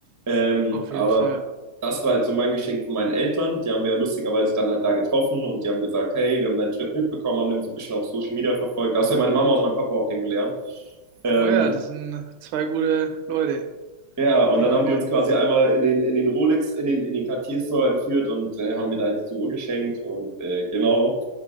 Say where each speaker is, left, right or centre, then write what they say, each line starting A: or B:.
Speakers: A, on the right; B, on the right.
A: Ähm,
B: auf
A: aber
B: jeden Fall.
A: das war halt so mein Geschenk von meinen Eltern. Die haben wir ja lustigerweise dann halt da getroffen und die haben gesagt, hey, wir haben deinen Trip mitbekommen, haben den so ein bisschen auf Social Media verfolgt. Da hast du ja meine Mama und meinen Papa auch kennengelernt. Ähm,
B: Naja, das sind zwei gute Leute.
A: ja, und
B: Den
A: dann
B: kann
A: haben
B: man
A: die uns quasi einmal in den, in den Rolex, in den, in den Cartier-Store entführt und äh, haben mir da halt die Uhr geschenkt und äh, genau.